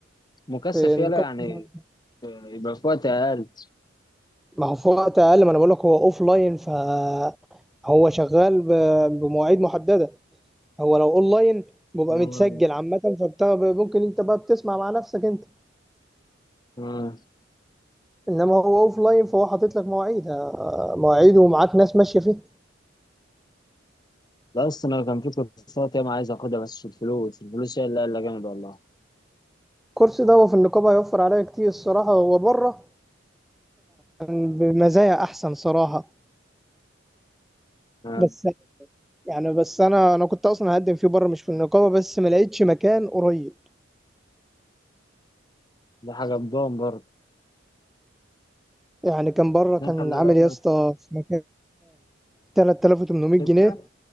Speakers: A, on the left (about 20°); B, in the centre.
A: مكثف
B: في نقاط
A: يلا يعني
B: المعرفة.
A: آه، يبقى في وقت اقل
B: ما هو في وقت اقل ما انا بقول لك هو اوف لاين فهو شغال ب- بمواعيد محدده هو لو اون لاين بيبقى
A: آه.
B: متسجل عامه فممكن انت بقى بتسمع مع نفسك انت
A: آه.
B: انما هو اوف لاين فهو حاطط لك مواعيد آه، مواعيد ومعاك ناس ماشيه فيه
A: ده اصلا أنا كان في كورسات ياما عايز اخدها بس الفلوس الفلوس هي اللي قال جامد والله
B: الكورس ده هو في النقابه هيوفر عليا كتير الصراحه هو بره كان بمزايا احسن صراحه
A: آه.
B: بس يعني بس انا انا كنت اصلا هقدم فيه بره مش في النقابه بس ما لقيتش مكان قريب
A: دي حاجة بضان برضه
B: يعني كان بره
A: اتنين
B: كان
A: خلي
B: عامل
A: بالك
B: يا اسطى في مكان 3800 جنيه
A: ستة